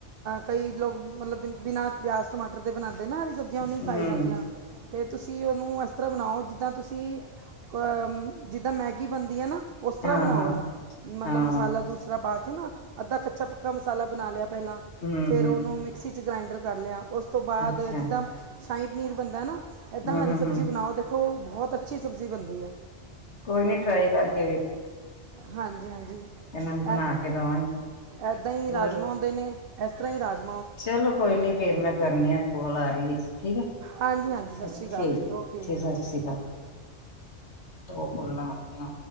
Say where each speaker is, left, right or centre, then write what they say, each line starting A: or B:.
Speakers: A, on the right; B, on the left.
A: ਕਈ ਲੋਕ ਮਤਲਬ ਬਿਨਾਂ ਪਿਆਜ ਟਮਾਟਰ ਦੇ ਬਣਾਉਂ ਨਾ ਦੀ ਸਬਜ਼ੀਆਂ, ਉਹ ਨਹੀਂ
B: ਹੂੰ
A: ਖਾਈ ਜਾਂਦੀਆਂ। ਅਤੇ ਤੁਸੀਂ ਉਹਨੂੰ ਇਸ ਤਰ੍ਹਾਂ ਬਣਾਓ, ਜਿੱਦਾਂ ਤੁਸੀਂ ਕ ਜਿੱਦਾਂ ਮੈਗੀ ਬਣਦੀ ਹੈ ਨਾ। ਉਸ ਤਰ੍ਹਾਂ
B: ਹਾਂ
A: ਬਣਾਓ,
B: ਹਾਂ
A: ਇਹਨੂੰ ਮਤਲਬ
B: ਹਾਂ
A: ਮਸਾਲਾ ਦੂਸਰਾ ਪਾ ਕੇ ਨਾ ਅੱਧਾ ਕੱਚਾ- ਪੱਕਾ ਮਸਾਲਾ ਬਣਾ ਲਿਆ। ਪਹਿਲਾਂ,
B: ਹੂੰ
A: ਫੇਰ
B: ਹੂੰ
A: ਉਹਨੂੰ ਮਿਕਸੀ ਚ ਗ੍ਰਾਇੰਡਰ ਕਰ ਲਿਆ, ਉਸ ਤੋਂ ਬਾਅਦ
B: ਅੱਛਾ
A: ਜਿੱਦਾਂ ਸ਼ਾਹੀ ਪਨੀਰ ਬਣਦਾ ਨਾ ਏਦਾਂ
B: ਹੂੰ
A: ਹਰੀ
B: ਹੂੰ
A: ਸਬਜ਼ੀ
B: ਹੂੰ
A: ਬਣਾਓ, ਦੇਖੋ ਬਹੁਤ ਅੱਛੀ ਸਬਜ਼ੀ ਬਣਦੀ ਆ।
B: ਕੋਈ ਨੀ ਟਰਾਈ ਕਰਕੇ ਵੇਖ
A: ਹਾਂਜੀ- ਹਾਂਜੀ,
B: ਨੂੰ ਬਣਾ
A: ਐ
B: ਕੇ ਦੇਵਾਂਗੀ
A: ਏਦਾਂ ਹੀ
B: ਹੋਰ
A: ਰਾਜਮਾਂ ਹੁੰਦੇ ਨੇ ਇਸ ਤਰ੍ਹਾਂ ਹੀ ਰਾਜ
B: ਚਲੋ ਕੋਈ ਨੀ ਫੇਰ ਮੈਂ ਕਰਨੀ ਆ, ਕੋਲ ਆ ਰਹੀ ਵਿੱਚ। ਠੀਕ ਹੈ,
A: ਹਾਂਜੀ ਹਾਂਜੀ
B: ਠੀਕ,
A: ਸਤਿ ਸ਼੍ਰੀ ਅਕਾਲ
B: ਠੀਕ
A: ਜੀ ਓਕੇ
B: ਸਤਿ ਸ਼੍ਰੀ ਅਕਾਲ। ਦੋ ਕੋਲਾਂ ਆਈਆਂ।